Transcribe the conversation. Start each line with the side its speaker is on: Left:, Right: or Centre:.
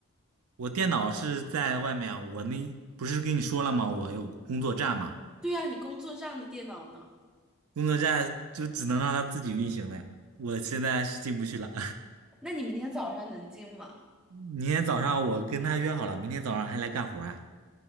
Right: 我电脑是在外面啊，我那不是跟你说了吗？我有工作站嘛，
Centre: 对啊，你工作站的电脑呢？
Right: 工作站就只能让它自己运行了呀。我现在是进不去了。
Centre: 那你明天早上能进吗？
Right: <laughs> 明天早上我跟他约好了，明天早上还来干活啊。